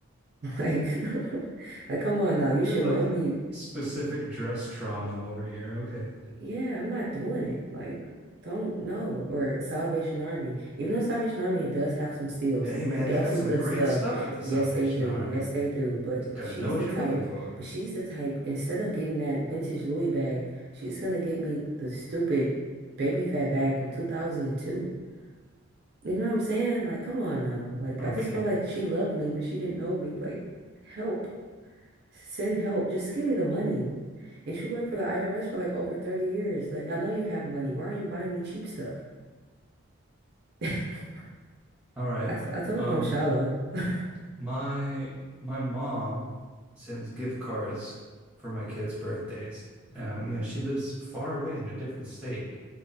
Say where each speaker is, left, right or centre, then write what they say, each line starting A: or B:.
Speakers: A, on the right; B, in the centre.
A: Like, <laughs> like, come on now, you
B: You
A: should
B: have like
A: know me.
B: specific dress trauma over here. Okay.
A: Yeah, I'm not doing it. Like, don't know. Or Salvation Army. Even though Salvation Army does have some steals
B: Hey,
A: in there,
B: man,
A: they
B: they
A: have
B: got
A: some
B: some
A: good
B: great
A: stuff.
B: stuff at the
A: Yes,
B: Salvation
A: they do.
B: Army.
A: Yes, they do. But
B: Just gotta
A: she's
B: know what
A: the type,
B: you're looking for.
A: but
B: <laughs>
A: she's the type, instead of getting that vintage Louis bag, she's gonna get me the stupid baby fat bag from 2002. You know what I'm saying? Like, come on now. Like,
B: Okay.
A: I just felt like she loved me, but she didn't know me. Like, help. Send help. Just give me the money. You should work for the IRS for like over 30 years. Like, I know you have money. Why are you buying me cheap stuff? <laughs>
B: All right.
A: I, t I told
B: Um,
A: you I'm shallow. <laughs>
B: my my mom sends gift cards for my kids' birthdays. Uh, you know, she lives far away in a different state,